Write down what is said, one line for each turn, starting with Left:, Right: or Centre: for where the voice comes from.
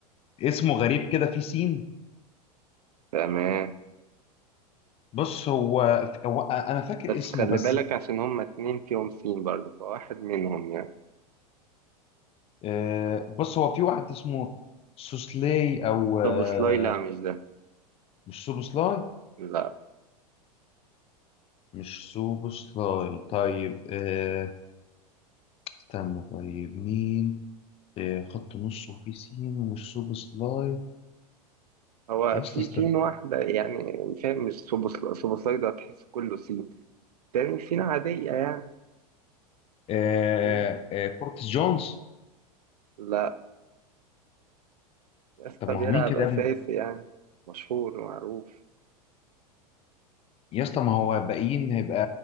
Left: اسمه غريب كده في سين
Right: تمام
Left: بص هو هو انا فاكر
Right: بس
Left: اسمه
Right: خلي
Left: بس
Right: بالك عشان هما اتنين فيهم سين برضه فواحد منهم يعني
Left: آه، بص هو في واحد اسمه سوسلاي او آه،
Right: طب سلاي لا مش ده
Left: مش سوبوسلاي
Right: لا
Left: مش سوبوسلاي طيب آه، استنى طيب مين آه، خط نص وفي سين ومش سوبوسلاي
Right: هو
Left: يا
Right: في
Left: اسطى استنى
Right: سين واحدة يعني فاهم مش سوبوسل- سوبوسلايدا تحس كله سين تاني سين عادية يعني
Left: آه،
Right: مم.
Left: آه، كورتس جونز
Right: لا يسطا
Left: طب ما
Right: بيلعب
Left: هو مين كده
Right: أساسي
Left: يا ابني
Right: يعني مشهور ومعروف
Left: يا اسطى ما هو باقيين هيبقى